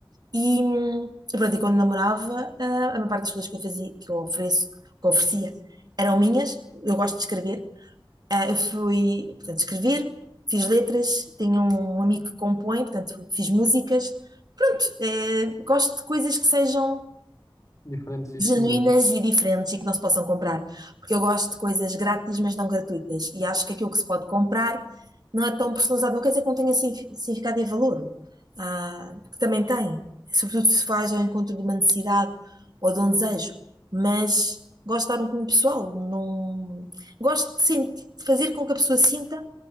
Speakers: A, on the right; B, on the left.
A: E, hum, pronto, e quando namorava, ah, a maior parte das coisas que eu fazia, que eu ofereço, que eu oferecia, eram minhas. Eu gosto de escrever. Ah, eu fui, portanto, escrever, fiz letras, tenho um um amigo que compõe, portanto, fiz músicas. Pronto, eh, gosto de coisas que sejam
B: diferentes e exclusivos.
A: genuínas e diferentes e que não se possam comprar. Porque eu gosto de coisas grátis, mas não gratuitas. E acho que aquilo que se pode comprar não é tão personalizado. Não quer dizer que não tenha signifi- significado e valor, ah, que também tem. Sobretudo se faz ao encontro de uma necessidade ou de um desejo. Mas gosto de dar um cunho pessoal. Não... Gosto de, sentir, de fazer com que a pessoa sinta